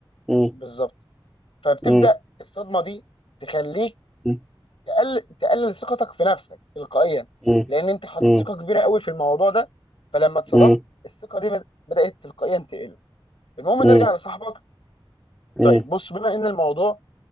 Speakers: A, in the centre; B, on the left (about 80°).
A: م-
B: بالظبط فبتبدا
A: م-
B: الصدمه دي تخليك
A: م-
B: تقل... تقلل ثقتك في نفسك تلقائيا
A: م-
B: لان انت حطيت
A: م-
B: ثقه
A: م-
B: كبيره قوي في الموضوع ده فلما اتصدمت
A: م-
B: الثقه دي بد- بدات تلقائيا تقل المهم
A: م-
B: نرجع
A: م-
B: لصاحبك
A: م-
B: طيب بص بما ان الموضوع